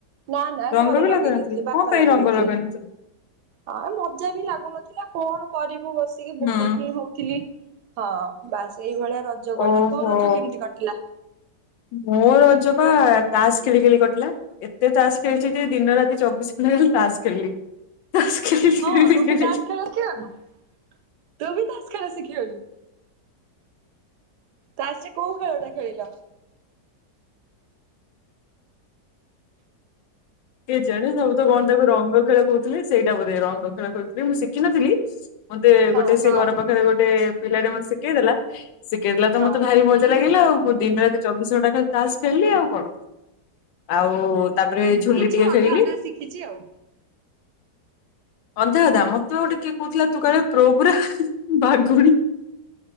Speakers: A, on the right; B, on the left.
A: ନା ନା
B: ରଙ୍ଗ
A: ଘରେ
B: ବି
A: ଲଗେଇ
B: ନଥିଲୁ
A: ଦେଇଥିଲେ ବାପା
B: କଣ ପାଇଁ
A: ଲଗେଇ
B: ରଙ୍ଗ
A: ଦେଇଥିଲେ।
B: ନଥିଲୁ?
A: ହଁ ମଜା ବି ଲାଗୁନଥିଲା କଣ କରିବୁ ବସିକି
B: ହୁଁ
A: ବୋର୍ ହିଁ ହଉଥିଲି। ହଁ ବାସ ଏଇଭଳିଆ ରଜ ଗଲା।
B: ଓହୋ
A: ତୋ ରଜ କେମିତି କଟିଲା?
B: ମୋ ରଜ ବା ତାସ ଖେଳି ଖେଳି କଟିଲା। ଏତେ ତାସ ଖେଳିଛି ଯେ ଦିନ ରାତି ଚବିଶ ଘଣ୍ଟା ଖାଲି ତାସ ଖେଳିଲି। ମାମୁଁ ଖେଳି
A: ହଁ
B: ଖେଳି
A: ତୁ
B: ଖେଳିଲି।
A: ବି <inaudible> ତୁ ବି ତାସ ଖେଳ ଶିଖିଗଲୁ। ତାସ ରେ କୋଉ ଖେଳଟା ଖେଳିଲ?
B: କେ ଜାଣି ସବୁ ତ କଣ ତାକୁ ରଙ୍ଗ ଖେଳ କହୁଥିଲେ ସେଇଟା ବୋଧେ ରଙ୍ଗ ଖେଳ ଖେଳୁ ଥିଲେ ମୁଁ ଶିଖିନଥିଲି। ମତେ
A: ହଁ
B: ଗୋଟେ ସେ
A: ହଁ
B: ଘର ପାଖରେ ଗୋଟେ ପିଲା ଟେ ମତେ ଶିଖେଇ ଦେଲା ଶିଖେଇ ଦେଲା ତ
A: ହଁ
B: ମତେ ଭାରି ମ ମଜା ଲାଗିଲା ଆଉ ମୁଁ ଦିନ ରାତି ଚବିଶ ଘଣ୍ଟା ଖାଲି ତାସ ଖେଳିଲି ଆଉ। କଣ ଆଉ ତାପରେ ଝୁଲି
A: ଚି
B: ଟିକେ
A: ଅଧା
B: ଖେଳିଲି
A: ଅଧା ଶିଖିଛି ଆଉ।
B: ଅଧା ଅଧା ମୋତେ ବା ଗୋଟେ କିଏ କହୁଥିଲା ତୁ କାଳେ ପ୍ରୋ ପୁରା ବାଘୁଣୀ।